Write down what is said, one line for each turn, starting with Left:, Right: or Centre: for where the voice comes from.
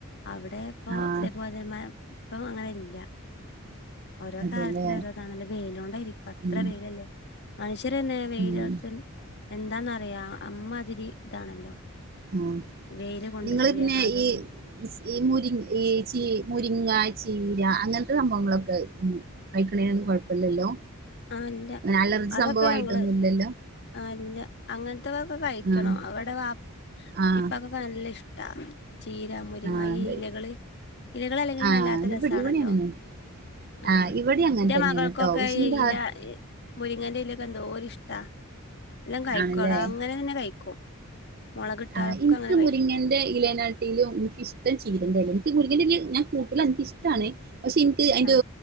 Left: അവടെ ഇപ്പൊ
Right: ആഹ്
Left: ഇതേപോലെ മ പ്പൊ അങ്ങനെ ഇല്ല ഓരോ
Right: അതെല്ലേ
Left: കാലത്തിനു ഓരോതാണല്ലേ വെയിലോണ്ടായിരി അത്ര
Right: ഉം
Left: വെയിലല്ലേ മനുഷ്യരന്നെ വെയിലത്ത്ൺ
Right: ഉം
Left: എന്താന്നറിയോ അമ്മാതിരി ഇതാണല്ലോ
Right: ഉം
Left: വെയില് കൊണ്ട്
Right: നിങ്ങള്
Left: സൂര്യാഘാതം
Right: പിന്നെ ഈ
Left: കൊണ്ട്
Right: ഈ മുരി ഈ ചീ മുരിങ്ങ, ചീര അങ്ങൻത്തെ സംഭവങ്ങളൊക്ക ഉം കഴിക്ക്ണേനൊന്നും കോഴപ്പല്ലല്ലോ
Left: ആ ഇല്ല
Right: അലർജി
Left: അതൊക്കെ
Right: സംഭവായ്ട്ടൊന്നും
Left: ഞങ്ങള്
Right: ഇല്ലല്ലോ
Left: ആ ഇല്ല അങ്ങൻത്തതൊക്ക കഴിക്കണം
Right: ആഹ്
Left: ഇവടെ വാ
Right: ആഹ്
Left: ഇപ്പാകൊ ക്കെ നല്ല ഇഷ്ടാ ചീര മുരിങ്ങ
Right: ആഹ്
Left: ഈ ഇലകള് ഇലകളല്ലെങ്കിലും
Right: ആഹ്
Left: വല്ലാത്ത
Right: ഇവിടെ
Left: രസാണല്ലോ
Right: ഇവിടെ അങ്ങനെ
Left: ആ
Right: ആഹ് ഇവിടെ അങ്ങനെ
Left: ഇന്റെ
Right: തന്നെയാണ്
Left: മകൾക്കൊക്ക
Right: കേട്ടോ പക്ഷെ
Left: ഈ
Right: ഇന്റെ
Left: ഇല
Right: ഹസ്
Left: ഈ മുരിങ്ങന്റെ ഇലെക്കെ എന്തോരിഷ്ട എല്ലം കഴിക്കു
Right: ആണല്ലേ
Left: എടാ. അങ്ങനെ തന്നെ കഴിക്കും. മുളകിട്ടാലൊക്കെ
Right: ആഹ് ഇൻക്ക്
Left: അങ്ങനെ
Right: മുരിങ്ങന്റെ
Left: കഴിക്കും
Right: ഇലെനാ ട്ടിലും എനിക്കിഷ്ടം ചീരേന്റെലെയാ. ഇൻക്ക് മുരിങ്ങെന്റെലെ ഞാൻ കൂട്ടൂല ഇനിക്കിഷ്ടാണ് പക്ഷെ ഇൻക്ക് അയ്ന്റെ
Left: ആ